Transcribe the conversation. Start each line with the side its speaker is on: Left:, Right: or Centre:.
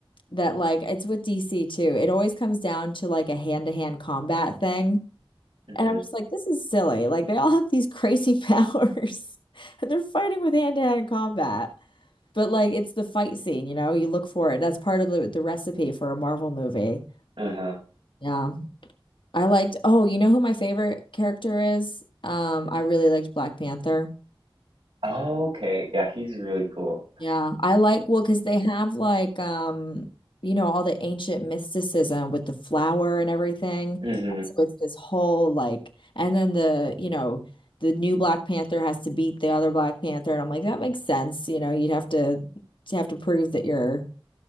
Left: that like it's with DC too. It always comes down to like a hand-to-hand combat thing.
Right: hmm
Left: And I'm just like, this is silly. Like they all have these crazy <laughs> powers and they're fighting with hand-to-hand combat. But like it's the fight scene, you know, you look for it. That's part of the, the recipe for a Marvel movie.
Right: Uh-huh.
Left: Yeah. I liked, oh, you know who my favorite character is? Um, I really liked Black Panther.
Right: Oh, okay. Yeah, he's really cool.
Left: Yeah. I like, well, because they have like um, you know, all the ancient mysticism with the flower and everything.
Right: hmm
Left: So it's this whole like and then the, you know, the new Black Panther has to beat the other Black Panther. And I'm like, that makes sense. You know, you'd have to to have to prove that you're